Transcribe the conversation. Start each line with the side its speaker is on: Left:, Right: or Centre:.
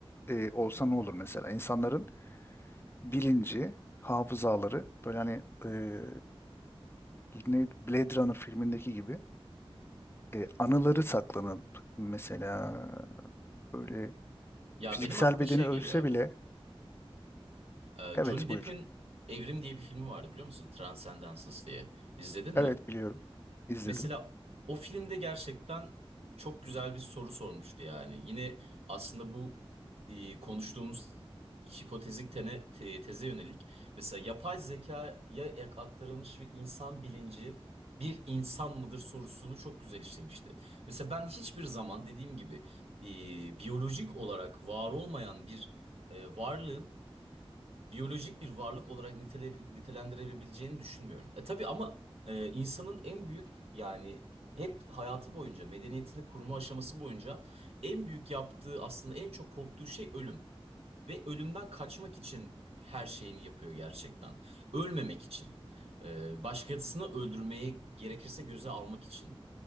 Left: e, olsa ne olur mesela? İnsanların bilinci, hafızaları böyle hani eee ne Blade Runner filmindeki gibi e, anıları saklanıp mesela böyle
Right: Ya
Left: fiziksel
Right: benim aklıma
Left: bedeni
Right: şey
Left: ölse
Right: geliyor abi.
Left: bile
Right: E,
Left: evet
Right: Johnny Depp'in
Left: buyur.
Right: Evrim diye bir filmi vardı biliyor musun? Transcendence diye. İzledin mi?
Left: Evet biliyorum. izledim.
Right: Mesela o filmde gerçekten çok güzel bir soru sormuştu yani. Yine aslında bu e, konuştuğumuz hipotezik tene, te- teze yönelik. Mesela yapay zekaya yak- aktarılmış ve insan bilinci bir insan mıdır sorusunu çok güzel işlemişti. Mesela ben hiçbir zaman dediğim gibi e, biyolojik olarak var olmayan bir e, varlığın biyolojik bir varlık olarak nitele, nitelendirebileceğini düşünmüyorum. E tabii ama e, insanın en büyük yani hep hayatı boyunca medeniyetini kurma aşaması boyunca en büyük yaptığı aslında en çok korktuğu şey ölüm. Ve ölümden kaçmak için her şeyini yapıyor gerçekten. Ölmemek için. E, başkasını öldürmeye gerekirse göze almak için